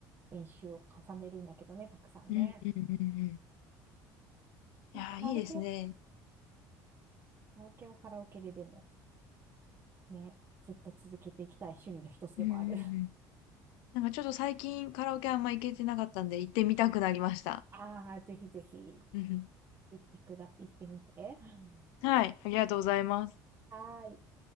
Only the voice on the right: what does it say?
練習を重ねるんだけどね、たくさんね。
でもカラオケ、
うん、カラオケはカラオケででも。ね、ずっと続けていきたい趣味の一つでもある。
<laughs>
ああ、ぜひぜひ、
行ってくだ、行ってみて。<laughs>
はーい。